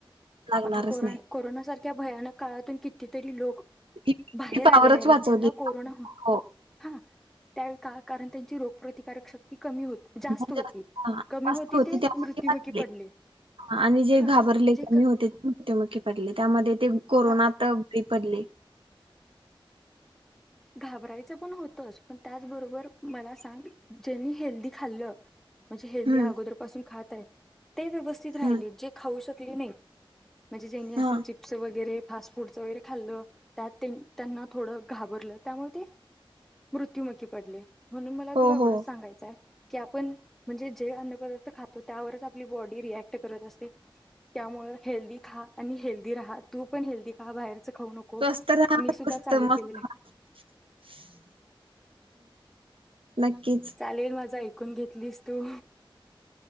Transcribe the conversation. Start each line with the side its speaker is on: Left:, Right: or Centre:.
Right: लागणारच
Centre: आता
Right: नाही
Centre: कोरोना सारख्या भयानक काळातून, कितीतरी लोक
Right: ती
Centre: बाहेर
Right: पावरच
Centre: आलेले आहेत,
Right: वाचवली
Centre: ज्यांना कोरोना होता.
Right: हो
Centre: हा त्यावेळी का? कारण त्यांची रोगप्रतिकारक शक्ती कमी होती जास्त
Right: म्हणजे
Centre: होती
Right: असं हा
Centre: कमी
Right: असं
Centre: होती ते
Right: त्यामुळे
Centre: मृत्युमुखी
Right: वाचले
Centre: पडले.
Right: आणि जे
Centre: हा
Right: घाबरले, <unintelligible>
Centre: जे
Right: प्रतिकारशक्ती
Centre: का
Right: कमी होती ते मृत्युमुखी पडले. त्यामध्ये ते कोरोनात
Centre: हा
Right: बेपत्ता ले.
Centre: घाबरायचं पण होतंच, पण त्याचबरोबर मला सांग, ज्यांनी हेल्दी खाल्लं म्हणजे हेल्दी
Right: हम्म
Centre: अगोदर पासून खात आहेत ते व्यवस्थित राहिले,
Right: हम्म
Centre: जे खाऊ शकले नाही म्हणजे ज्यांनी असं,
Right: हा
Centre: चिप्स वगैरे फास्ट फूडचं वगैरे खाल्लं, त्यात ते त्यांना थोडं घाबरलं त्यामुळे ते मृत्युमूखी पडले. म्हणून मला,
Right: हो
Centre: तुला एवढंच
Right: हो
Centre: सांगायचं हाय की आपण म्हणजे जे अन्न, पदार्थ खातो, त्यावरच आपली बॉडी रिएक्ट करत असते. त्यामुळ हेल्दी खा आणि हेल्दी राहा. तू पण हेल्दी रहा, बाहेर च खाऊ नको,
Right: स्वस्त राहा
Centre: मी
Right: स्वस्त
Centre: सुद्धा चालू
Right: मस्त
Centre: केले हे.
Right: <inaudible> नक्कीच
Centre: चालेल माझं एक कुठून घेतलीस तू?